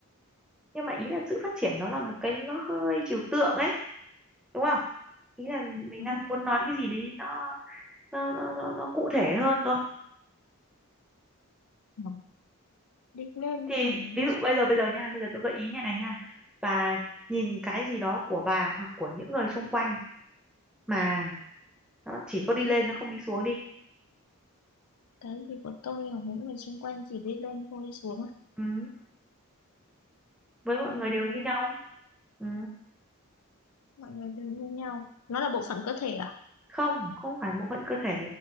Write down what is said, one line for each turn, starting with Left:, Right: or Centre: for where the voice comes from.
Centre: nhưng mà ý là sự phát triển nó là một cái nó hơi trừu tượng ấy đúng không ý là mình
Left: Đó.
Centre: đang muốn nói cái gì đấy nó nó nó nó, nó cụ thể hơn cơ
Left: Ừ. đi lên
Centre: thì
Left: mà
Centre: ví
Left: đi
Centre: dụ bây giờ bây giờ nha bây giờ tôi gợi ý như này nha bà nhìn cái gì đó của bà hoặc của những người xung quanh mà nó chỉ có đi lên nó không đi xuống đi
Left: cái gì của tôi và những người xung quanh chỉ đi lên không đi xuống à?
Centre: ừ. với mọi
Left: Ờ,
Centre: người đều như nhau ừ.
Left: mọi người đều như nhau nó là bộ phận cơ thể à
Centre: không không phải bộ phận cơ thể